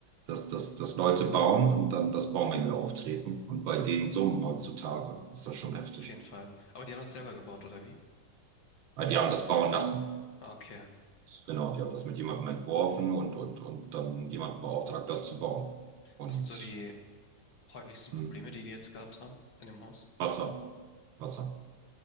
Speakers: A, on the right (about 70°); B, on the left (about 65°).
A: dass, dass, dass Leute bauen und dann, das Baumängel auftreten. Und bei den Summen heutzutage ist das schon heftig.
B: Auf jeden Fall. Aber die haben das selber gebaut, oder wie?
A: Weil die haben das bauen lassen.
B: Ah, Okay.
A: Genau, die haben das mit jemandem entworfen und, und, und dann jemanden beauftragt, das zu bauen. Und
B: Was sind so die häufigsten
A: hm,
B: Probleme, die die jetzt gehabt haben in dem Haus?
A: Wasser, Wasser.